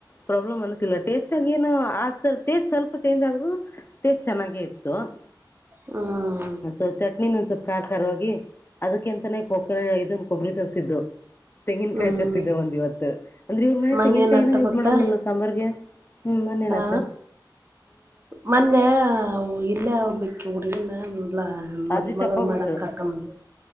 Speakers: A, on the left; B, on the right.
A: ಪ್ರಾಬ್ಲಮ್ ಅನ್ಕಿಲ್ಲ ಟೇಸ್ಟಗ ಏನು ಆ ಟೇಸ್ಟ್ ಸ್ವಲ್ಪ ಚೇಂಜ್ ಆದ್ರೂ ಟೇಸ್ಟ್ ಚೆನ್ನಾಗೇ ಇತ್ತು ಹ
B: ಹ್ಮ್
A: ಸೊ ಚಟ್ನಿ ಒಂದ ಸ್ವಲ್ಪ ಕಾಖರವಾಗಿ ಅದಕ್ಕೆಂತ ೋಕ ಇದೊಂದು ಕೊಬ್ಬರಿ ತರ್ಸಿದ್ದು ತೆಂಗಿನಕಾಯಿ
B: ಹ್ಮ್
A: ತರ್ರಿಸಿದ್ದೆ ಒಂದ್ ಇವತ್ತು ಅಂದ್ರೆ ಇವ್ರ ಮನೆ
B: ಮೊನ್ನೆ
A: ತೆಂಗ ನ್
B: ಏನತ್ತ
A: ಕೈ ಯೂಸ್
B: ಗೊತ್ತಾ
A: ಮಾಡಲ್ಲಲ್ಲ ಸಾಂಬಾರ್ಗೆ ಹ್ಮ್ ಮೊೇನತ
B: ಆ ಮೊನ್ನೆ ಇಲ್ಲೇ ಹಬಕ್ಕೆ ಹುಡುಗಿಿನ ಎಲ್ಲ ಮದಮಾಗಳ
A: ಅದು ಚಪ್ಪಾಗಿಡ್ದು
B: ಮೇಡ ಕರ್ಕ ಮಂದ